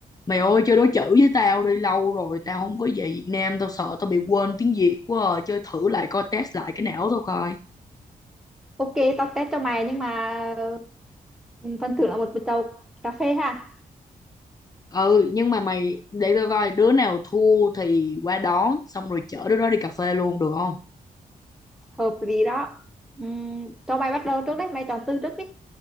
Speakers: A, on the left (about 25°); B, in the centre.
A: Mày ơi chơi đối chữ với tao đi lâu rồi Tao không có về Việt Nam Tao sợ tao bị quên tiếng Việt quá à. Chơi thử lại coi test lại cái não tao coi
B: Ok, tao test cho mày nhưng mà ừ, phần thưởng là một bịch tàu cà phê ha.
A: Ừ nhưng mà mày để tao coi Đứa nào thua thì qua đón Xong rồi chở đứa đó đi cà phê luôn được không
B: Hợp lý đó. Ừm, cho mày bắt đầu trước đấy, mày chọn từ trước đi.